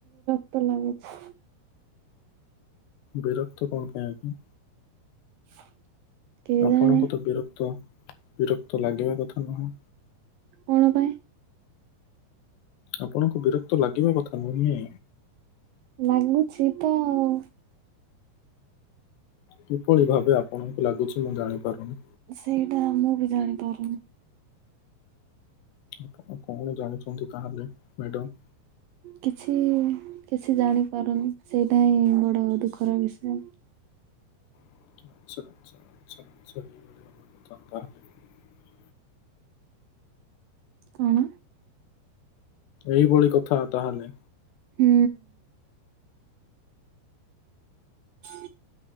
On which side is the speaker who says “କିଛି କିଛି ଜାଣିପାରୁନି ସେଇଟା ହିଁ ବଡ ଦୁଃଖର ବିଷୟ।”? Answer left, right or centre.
Right